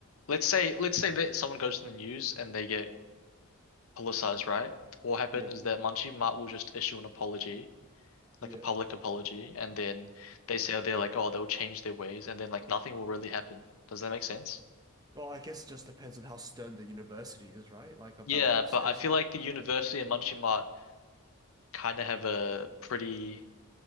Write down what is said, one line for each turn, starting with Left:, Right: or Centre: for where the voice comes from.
Left: let's say let's say that someone goes to the news and they get politicized, right? What will happen
Right: yeah,
Left: is that Manji Mart will just issue an apology,
Right: yeah.
Left: like a public apology, and then they say they're like, oh, they'll change their ways, and then like nothing will really happen. Does that make sense?
Right: Well, I guess it just depends on how stern the university is, right? Like about
Left: Yeah,
Right: this,
Left: but
Right: because,
Left: I feel like the university and Munchie Mart kind of have a pretty,